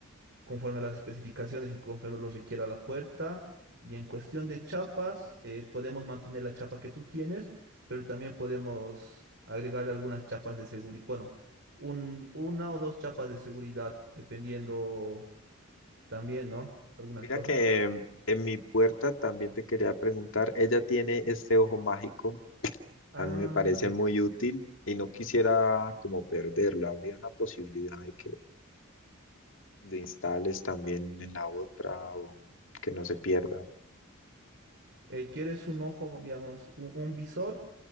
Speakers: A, on the right; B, on the left.
A: conforme a las especificaciones y conforme lo requiera la puerta. Y en cuestión de chapas, eh, podemos mantener la chapa que tú tienes, pero también podemos agregarle algunas chapas de seguridad. Bueno, un- una o dos chapas de seguridad, dependiendo también, ¿no? Algunas
B: Mira
A: cosas.
B: que em, en mi puerta también te quería preguntar, ella tiene este ojo mágico,
A: Ah,
B: a mí me parece
A: ya, ya.
B: muy útil y no quisiera como perderlo. ¿Habría una posibilidad de que le instales también en la otra o que no se pierda?
A: eh, ¿quieres un ojo, digamos, un, un visor?